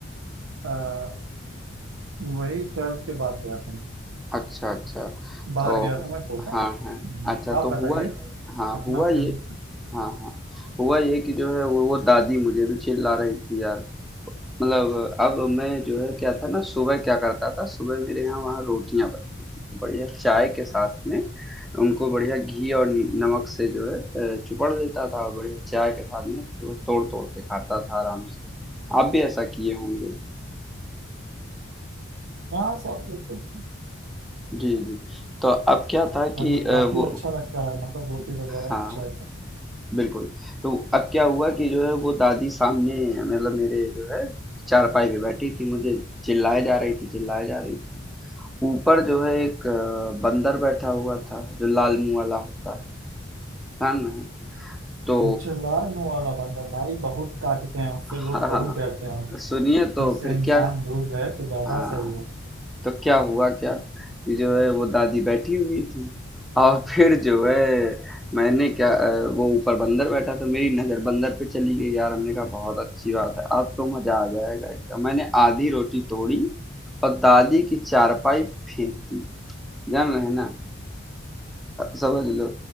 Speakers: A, on the right (about 85°); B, in the centre.
A: अ, वही ट्वेल्थ के बाद गया था
B: अच्छा अच्छा
A: बाहर
B: तो
A: गया था मैं कोटा
B: हाँ
A: हम्म।
B: हाँ अच्छा
A: आप
B: तो
A: बताइए
B: हुआ हाँ
A: अपना
B: हुआ ये
A: पहले
B: हाँ हाँ हुआ ये कि जो है वो, वो दादी मुझे भी चिल्ला रही थी यार मतलब अब मैं जो है क्या था ना सुबह क्या करता था सुबह मेरे यहाँ वहाँ रोटियां बनती थी तो बढ़िया चाय के साथ में उनको बढ़िया घी और नी- नमक से जो है अ, चुपड़ लेता था और बढ़िया चाय के साथ में तो तोड़ तोड़ के खाता था आराम से आप भी ऐसा किए होंगे
A: हाँ सब कुछ है।
B: जी जी तो अब क्या था कि
A: मतलब
B: अ,
A: काफी
B: वो
A: अच्छा लगता है मतलब रोटी वगैरह
B: हाँ
A: अच्छा
B: बिल्कुल तो अब क्या हुआ कि जो है वो दादी सामने मतलब मेरे जो है चारपाई पे बैठी थी मुझे चिल्लाए जा रही थी चिल्लाए जा रही थी ऊपर जो है एक अ, बंदर बैठा हुआ था जो लाल मुंह वाला होता है कान में तो
A: अच्छा लार्म वाला बंदर भाई बहुत काटते हैं उससे
B: हाँ
A: लोग बहुत
B: हाँ, हाँ,
A: डरते हैं
B: सुनिए तो
A: इससे
B: फिर
A: इंसान
B: क्या
A: दूर रहे तो ज्यादा
B: हाँ
A: सही है
B: तो क्या हुआ क्या कि जो है वो दादी बैठी हुई थी और फिर जो है मैंने क्या अ, वो ऊपर बंदर बैठा था मेरी नजर बंदर पे चली गई यार हमने कहा बहुत अच्छी बात है अब तो मजा आ जाएगा एकदम।" मैंने आधी रोटी तोड़ी और दादी की चारपाई फेंक दी जान रहे ना समझ लो